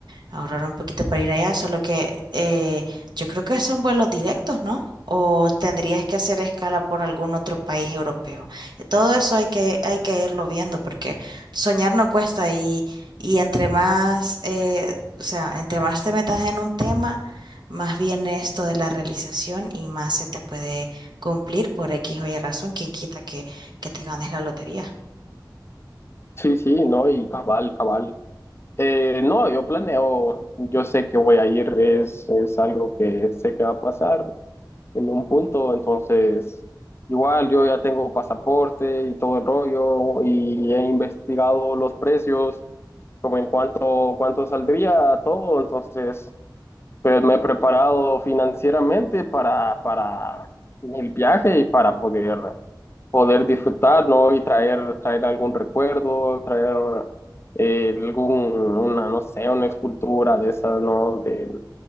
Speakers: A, on the right (about 70°); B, on the left (about 35°).
A: ahorrar un poquito para ir allá, solo que eh, yo creo que son vuelos directos, ¿no? O tendrías que hacer escala por algún otro país europeo. Eh, Todo eso hay que, hay que irlo viendo porque soñar no cuesta y, y entre más, eh, o sea, entre más te metas en un tema, más viene esto de la realización y más se te puede cumplir por X o Y razón, quien quita que, que te ganes la lotería.
B: Sí, sí, no, y cabal, cabal. Eh, no, yo planeo, yo sé que voy a ir, es, es algo que sé que va a pasar, en un punto, entonces igual yo ya tengo pasaporte y todo el rollo y he investigado los precios, como en cuánto, cuánto saldría todo, entonces pues me he preparado financieramente para, para el viaje y para poder, poder disfrutar, ¿no? Y traer, traer algún recuerdo, traer eh, algún, una, no sé, una escultura de esas, ¿no? De,